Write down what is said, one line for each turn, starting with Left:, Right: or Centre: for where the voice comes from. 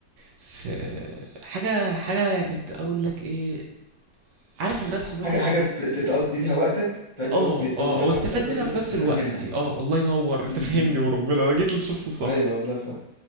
Right: في حاجه حاجه يعني اقول لك ايه عارف الرسم مثلا
Left: حاجه
Right: انت
Left: حاجه بت- تقضي بيها وقتك تقضي
Right: اه
Left: وقت بي- تقضي
Right: اه
Left: بيها
Right: واستفاد
Left: وقتك وفي
Right: منها
Left: نفس الوقت
Right: في
Left: تستفاد
Right: نفس الوقت
Left: منها
Right: اه الله ينور انت
Left: امم
Right: فهمني وربنا انا جيت للشخص الصح
Left: ايوه والله فاهم